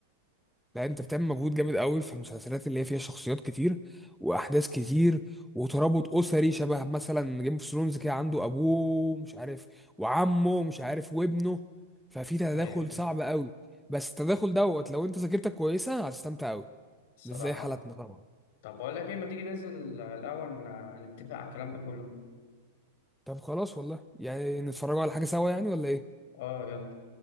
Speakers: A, in the centre; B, on the left (about 60°).
A: لا انت بتعمل مجهود جامد قوي في المسلسلات اللي هي فيها شخصيات كتير واحداث كتير وترابط اسري شبه مثلا جيم اوف ثرونز كده عنده ابوه مش عارف وعمه مش عارف وابنه ففي تداخل
B: أيوه
A: صعب قوي بس التداخل دوت لو انت ذاكرتك كويسه هتستمتع قوي
B: الصراحة
A: مش زي حالتنا طبعا
B: طب بقول لك إيه ما تيجي ننزل الأول ن- نتفق على الكلام ده كله
A: طب خلاص والله يعني نتفرجوا على حاجه سوا يعني ولا ايه
B: آه يلا